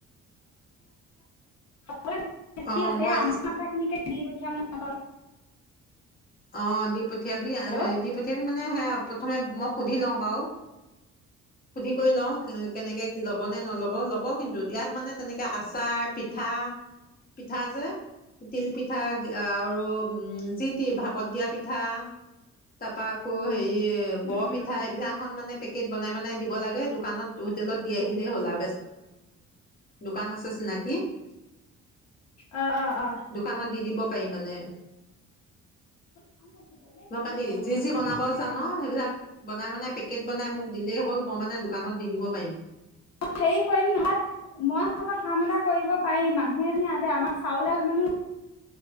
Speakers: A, on the left; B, on the left.
A: আমাৰ
B: অ মই
A: আথা খিনিকে দি পঠ ন
B: অ দিপথিয়বী-দিপথিয়াবি
A: হেল্ল'
B: মানে সেয়া প্ৰথমে মই সুধি লওঁ বাৰু হোধি লওঁ কেনেকে ল'ব নে নল'ব ব ল'বক কিন্তু ইয়াত মানে তেনেকে আচাৰ পিঠা পিঠা যে তিল পিঠা আৰু উম যি ভাপত দিয়া পিঠা তাৰ পৰাা আকৌ হেৰি
A: উম
B: বৰ
A: উম
B: পিঠা এইবিলাক এখন মানে পেকেট বনাই মানে লাগে দোকানত হোটেলত দি আহিলে হ'ল আ দোকান আছে চিনাকি
A: অ অ অ
B: দোকানত কিনিব পাৰি মানে
A: ভাং গছে দলে
B: গম
A: ত
B: পালি
A: নি আ
B: যি যি
A: <unintelligible>
B: বনাব জান সেইবিলাক বনাই মানে পেকেট বনাই মোক দিলেই হ'ল মানে দোকানত দি দিব পাৰিম
A: হে কৰিম নহয় মই কাম ক এটা কৰিব পাৰি মানুহেতে আমাৰ চাউলাল মানুহ <unintelligible>